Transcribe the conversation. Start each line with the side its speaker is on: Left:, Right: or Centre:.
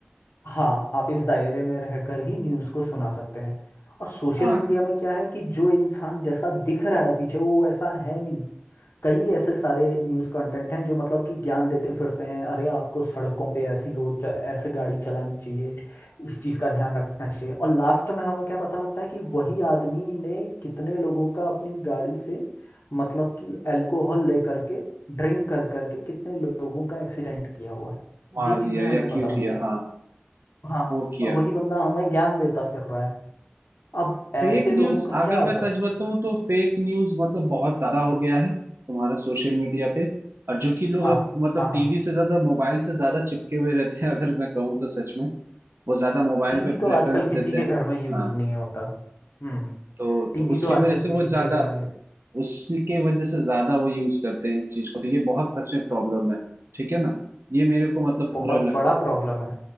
Left: हाँ आप इस दायरे में रहकर ही न्यूज़ को सुना सकते हैं और सोशल
Right: हाँ
Left: मीडिया में क्या है कि जो इंसान जैसा दिख रहा है पीछे वो वैसा है नहीं कई ऐसे सारे न्यूज़ कंटेंट हैं जो मतलब कि ज्ञान देते फिरते हैं अरे आपको सड़कों पे ऐसी रोड च- ऐसे गाड़ी चलानी चाहिए इस चीज़ का ध्यान रखना चाहिए और लास्ट में हमें क्या पता लगता है कि वही आदमी ने कितने लोगों का अपनी गाड़ी से मतलब कि अल्कोहल लेकर के ड्रिंक कर करके कितने लोगों का एक्सीडेंट किया हुआ है
Right: मार
Left: ये चीज़ें
Right: दिया
Left: हमें
Right: या
Left: पता
Right: क्यों
Left: लगती
Right: किया
Left: है
Right: हाँ
Left: हाँ
Right: वो किया
Left: और वही बंदा हमें ज्ञान देता फिर रहा है अब ऐसे
Right: फेक न्यूज
Left: लोगों का क्या
Right: अगर
Left: असर
Right: मैं सच बताऊं तो फेक न्यूज मतलब बहुत ज्यादा हो गया है तुम्हारा सोशल मीडिया पे और जो कि लोग
Left: हाँ
Right: अब मतलब
Left: हाँ हाँ
Right: टीवी से ज्यादा मोबाइल से ज्यादा चिपके हुए रहते हैं <laughs> अगर मैं कहूँ तो सच में वो ज्यादा मोबाइल
Left: टीवी
Right: पे
Left: तो
Right: प्रेफरेंस
Left: आजकल किसी
Right: देते
Left: के
Right: हैं
Left: घर में यूज
Right: हाँ
Left: नहीं होता हम्म
Right: तो
Left: टीवी
Right: तो उसके
Left: तो आजकल
Right: वजह से
Left: किसी
Right: वो ज्यादा
Left: के घर में
Right: उसके वजह से ज्यादा वो यूज करते हैं इस चीज को तो ये बहुत सच में प्रॉब्लम है ठीक है ना ये मेरे को मतलब
Left: बहुत
Right: पूरा लगता
Left: बड़ा
Right: है
Left: प्रॉब्लम है